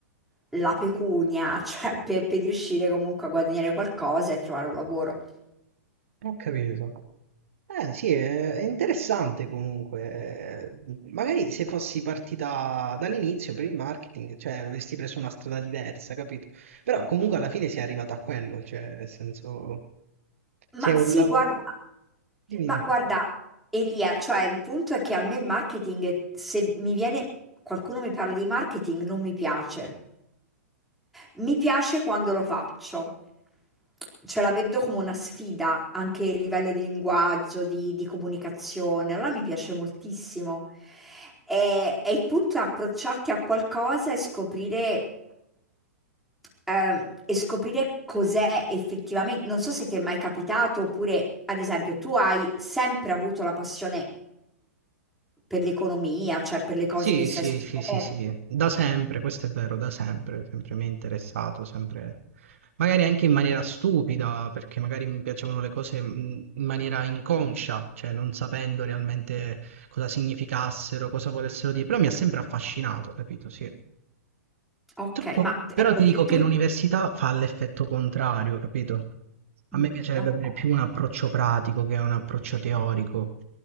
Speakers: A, in the centre; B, on the right (about 55°).
A: la pecunia, <laughs> cioè per, per riuscire comunque a guadagnare qualcosa e trovare un lavoro.
B: ho capito. Eh sì, è è interessante comunque. Eh, Magari se fossi partita dall'inizio per il marketing, cioè avresti preso una strada diversa, capito? Però comunque alla fine sei arrivata a quello, cioè nel senso, se
A: Ma
B: è un
A: sì,
B: lavoro...
A: guarda,
B: Dimmi,
A: ma
B: dimmi.
A: guarda, Elia, cioè il punto è che a me il marketing, se mi viene qualcuno mi parla di marketing, non mi piace. Mi piace quando lo faccio, cioè la vedo come una sfida anche a livello di linguaggio, di, di comunicazione, allora mi piace moltissimo. E, e il punto è approcciarti a qualcosa e scoprire ehm, e scoprire cos'è effettivamente. Non so se ti è mai capitato, oppure, ad esempio, tu hai sempre avuto la passione per l'economia, cioè per le cose
B: Sì,
A: che stai
B: sì,
A: studiando.
B: sì, sì, sì, da sempre, questo è vero, da sempre, sempre mi è interessato, sempre, magari anche in maniera stupida, perché magari mi piacevano le cose mh, in maniera inconscia, cioè non sapendo realmente cosa significassero, cosa volessero dire, però mi ha sempre affascinato, capito? Sì.
A: Ok,
B: Troppo.
A: ma
B: Però
A: ecco,
B: ti dico
A: se tu...
B: che l'università fa l'effetto contrario, capito? A
A: Mm.
B: me piacerebbe
A: Ok,
B: avere più un approccio pratico che un approccio teorico.